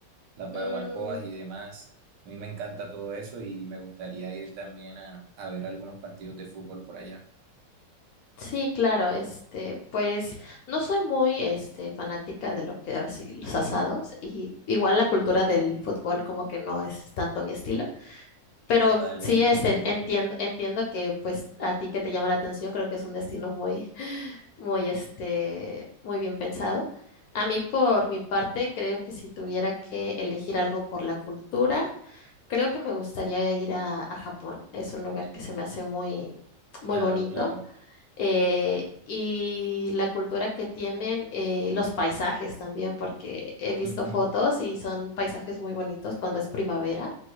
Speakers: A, on the right; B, on the left.
A: las barbacoas
B: Mm,
A: y demás. A mí me encanta todo eso y me gustaría ir también a, a ver algunos partidos de fútbol por allá.
B: Sí, claro, este, pues no soy muy, este, fanática de lo que ahora sí, los asados y igual la cultura del fútbol como que no es tanto mi estilo, pero
A: Vale,
B: sí,
A: entendible.
B: este, entiendo, entiendo que pues a ti que te llama la atención creo que es un destino muy, <laughs> muy, este, muy bien pensado. A mí por mi parte creo que si tuviera que elegir algo por la cultura, creo que me gustaría ir a, a Japón. Es un lugar que se me hace muy, muy
A: Claro,
B: bonito
A: claro.
B: eh, y la cultura que tienen, eh, los paisajes también, porque he visto
A: Ujú,
B: fotos y son paisajes muy bonitos cuando es primavera,